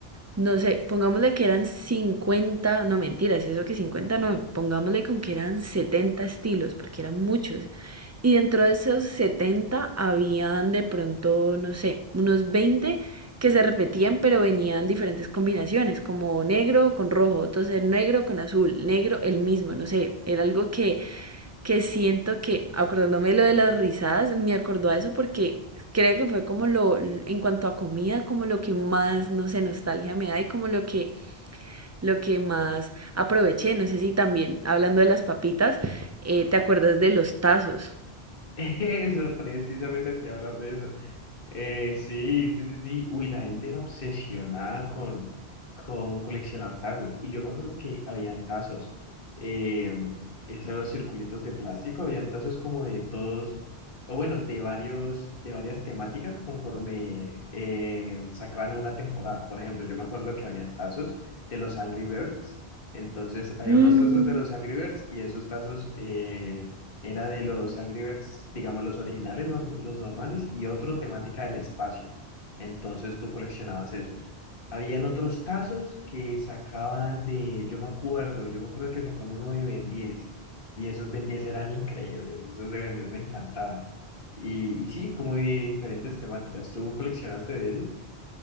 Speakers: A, on the right; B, on the left.
A: no sé, pongámosle que eran 50 no mentiras, eso que 50 no, pongámosle con que eran 70 estilos, porque eran muchos. Y dentro de esos 70 habían de pronto, no sé, unos 20 que se repetían, pero venían diferentes combinaciones, como negro con rojo, entonces negro con azul, negro el mismo, no sé, era algo que que siento que, acordándome de lo de las risadas, me acordó a eso porque creo que fue como lo, en cuanto a comida, como lo que más, no sé, nostalgia me da y como lo que, lo que más aproveché. No sé si también, hablando de las papitas, eh, ¿te acuerdas de los tazos?
B: <laughs> Eso, precisamente te iba a hablar de eso. Eh, sí, sí, sí, sí. Uy, la gente era obsesionada con, con coleccionar tazos. Y yo me acuerdo que habían tazos, eh, esos circulitos de plástico, habían tazos como de todos, o bueno, de varios, de varias temáticas conforme eh, sacaban una temporada. Por ejemplo, yo me acuerdo que habían tazos de los Angry Birds. Entonces, había
A: Mm,
B: unos tazos de los Angry Birds y esos tazos, eh, era de los Angry Birds, digamos los originales, norm- los normales, y otro temática del espacio. Entonces tú coleccionabas esos. Habían otros tazos que sacaban de, yo me acuerdo, yo me acuerdo que sacaban uno de Ben 10, y esos Ben 10 eran increíbles, esos de Ben 10 me encantaban. Y, y sí, como de diferentes temáticas. ¿Tú coleccionaste de ellos?